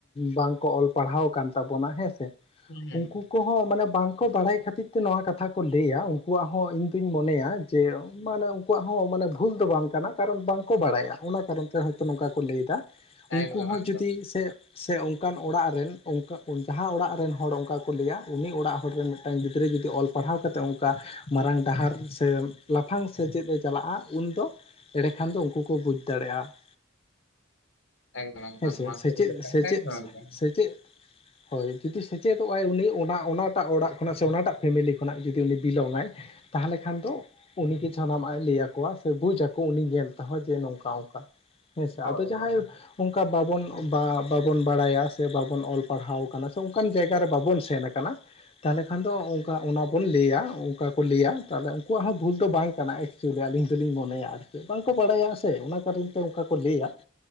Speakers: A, on the left; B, on the left.
A: ᱵᱟᱝ ᱠᱚ ᱚᱞ ᱯᱟᱲᱦᱟᱣ ᱠᱟᱱ ᱾ ᱛᱟᱵᱚᱱᱟ ᱦᱮᱸ ᱥᱮ
B: ᱦᱩᱸ ᱦᱩᱸ
A: ᱩᱱᱠᱩ ᱠᱚᱦᱚᱸ ᱢᱟᱱᱮ ᱵᱟᱝ ᱠᱚ ᱵᱟᱲᱟᱭ ᱠᱷᱟᱛᱤᱨ ᱛᱮ ᱱᱚᱣᱟ ᱠᱟᱛᱷᱟ ᱠᱚ ᱞᱟᱹᱭᱟ ᱩᱱᱠᱩ ᱣᱟᱜ ᱦᱚᱸ ᱤᱧ ᱫᱩᱧ ᱢᱚᱱᱮᱭᱟ ᱡᱮ ᱢᱟᱱᱮ ᱠᱚᱣᱟᱜ ᱦᱚᱸ ᱢᱟᱱᱮ ᱵᱷᱩᱞ ᱫᱚ ᱵᱟᱝ ᱠᱟᱱᱟ ᱾ ᱠᱟᱨᱚᱱ ᱵᱟᱝ ᱠᱚ ᱵᱟᱲᱟᱭᱟ ᱚᱱᱟ ᱠᱟᱨᱚᱱ ᱛᱮ ᱦᱚᱭ ᱛᱚ ᱱᱚᱝᱠᱟ ᱠᱚ ᱞᱟᱹᱭ ᱫᱟ ᱾ ᱩᱱᱠᱩ
B: ᱮᱠᱫᱚᱢ
A: ᱦᱚᱸ
B: ᱮᱠᱫᱚᱢ
A: ᱡᱩᱫᱤ ᱥᱮ ᱥᱮ ᱚᱝᱠᱟᱱ ᱚᱲᱟᱜ ᱨᱮᱱ ᱚᱱᱠᱟ ᱚᱝ-ᱯᱟᱲᱦᱟᱣ ᱚᱲᱟᱜ ᱨᱮᱱ ᱦᱚᱲ ᱚᱱᱠᱟ ᱠᱚ ᱞᱟᱹᱭᱟ ᱩᱱᱤ ᱚᱲᱟᱜ ᱦᱚᱲ ᱨᱮᱱ ᱢᱤᱫᱴᱟᱝ ᱜᱤᱫᱽᱨᱟᱹ ᱡᱩᱫᱤ ᱚᱞ ᱯᱟᱲᱦᱟᱣ ᱠᱟᱛᱮᱜ ᱚᱱᱠᱟ ᱢᱟᱨᱟᱝ ᱰᱟᱦᱟᱨ ᱥᱮ ᱞᱟᱯᱷᱟᱝ ᱥᱮ ᱪᱮᱫ ᱮ ᱪᱟᱞᱟᱜ-ᱟ ᱩᱱ ᱫᱚ ᱮᱲᱮ ᱠᱷᱟᱱ ᱫᱚ ᱩᱱᱠᱩ ᱠᱚ ᱵᱩᱡᱽ ᱫᱟᱲᱮᱜ-ᱟ ᱾
B: ᱮᱠᱫᱚᱢ ᱮᱠᱫᱚᱢ
A: ᱦᱮᱸ
B: ᱱᱚᱣᱟ
A: ᱥᱮ ᱥᱮ
B: ᱥᱟᱹᱨᱤ
A: ᱪᱮᱫ-ᱥᱮ
B: ᱠᱟᱛᱷᱟ ᱮᱠᱫᱚᱢ
A: ᱪᱮᱜ-ᱥᱮ
B: ᱮᱠᱫᱚᱢ
A: ᱪᱮᱜ? ᱦᱚᱭ ᱡᱩᱫᱤ ᱥᱮᱪᱮᱫᱚᱜ-ᱟᱭ ᱩᱱᱤ ᱚᱱᱟ ᱚᱱᱟ ᱴᱟᱜ ᱚᱲᱟᱜ ᱠᱷᱚᱱᱟᱜ ᱥᱮ ᱚᱱᱟ ᱴᱟᱜ ᱯᱷᱮᱢᱮᱞᱤ ᱠᱷᱚᱱᱟᱜ ᱡᱩᱫᱤ ᱩᱱᱤ ᱵᱤᱞᱚᱝᱼᱟᱭ ᱛᱟᱦᱚᱞᱮ ᱠᱷᱟᱱ ᱫᱚ ᱩᱱᱤ ᱜᱤ ᱡᱷᱟᱱᱟᱢ ᱟᱜ ᱮ ᱞᱟᱹᱭ ᱟᱠᱚᱣᱟ ᱥᱮ ᱵᱩᱡᱟ ᱠᱚ ᱩᱱᱤ ᱧᱮᱞ ᱛᱮ ᱦᱚᱸ ᱡᱮ ᱱᱚᱝᱠᱟ ᱚᱱᱠᱟ ᱦᱮᱸ ᱥᱮ
B: ᱦᱳᱭ
A: ᱟᱫᱚ ᱡᱟᱦᱟᱸᱭ
B: ᱦᱳᱭ
A: ᱚᱝᱠᱟ ᱵᱟᱵᱚᱱ ᱵᱟ-ᱵᱟᱵᱚᱱ ᱵᱟᱲᱟᱭᱟ ᱥᱮ ᱵᱟᱵᱚᱱ ᱚᱞ ᱯᱟᱲᱦᱟᱣ ᱠᱟᱱᱟ ᱥᱮ ᱚᱱᱠᱟᱱ ᱡᱟᱭᱜᱟ ᱨᱮ ᱵᱟᱵᱚᱱ ᱥᱮᱱ ᱟᱠᱟᱱᱟ ᱾ ᱛᱟᱦᱚᱞᱮ ᱠᱷᱟᱱ ᱫᱚ ᱚᱱᱠᱟ ᱚᱱᱟ ᱵᱚᱱ ᱞᱟᱹᱭᱟ ᱚᱱᱠᱟ ᱠᱚ ᱞᱟᱹᱭᱟ ᱛᱟᱦᱚᱞᱮ ᱩᱱᱠᱩ ᱣᱟᱜ ᱦᱚᱸ ᱵᱷᱩᱞ ᱫᱚ ᱵᱟᱝ ᱠᱟᱱᱟ ᱾ ᱪᱩᱭᱞᱤ ᱟᱹᱞᱤᱧ ᱫᱚ ᱞᱤᱧ ᱢᱚᱱᱮᱭᱟ ᱟᱨ ᱠᱤ ᱵᱟᱝ ᱠᱚ ᱵᱟᱲᱟᱭᱟ ᱥᱮ ᱚᱱᱟ ᱠᱟᱨᱚᱱ ᱛᱮ ᱚᱱᱠᱟ ᱠᱚ ᱞᱟᱹᱭᱟ ᱾